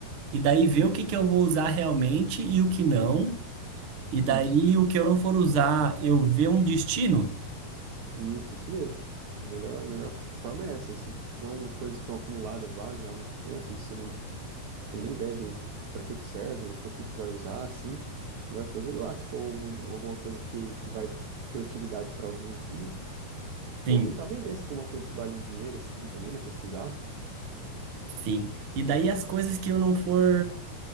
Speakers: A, on the right; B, on the right.
A: e daí ver o que que eu vou usar realmente e o que não. E daí
B: Isso,
A: o que eu não for usar, eu ver um destino?
B: isso, isso mesmo. A melhor, a melhor forma é essa, assim, se são coisas que estão acumuladas lá já há muito tempo e você não tem nem ideia de para que que serve ou para que que vai usar, assim, a melhor coisa é doar, se for algum- alguma coisa que, que vai ter utilidade para alguém, assim, né?
A: Sim,
B: Ou tentar vender, se for uma coisa que vale um dinheiro, assim, também, né? Pesquisar.
A: sim. E daí as coisas que eu não for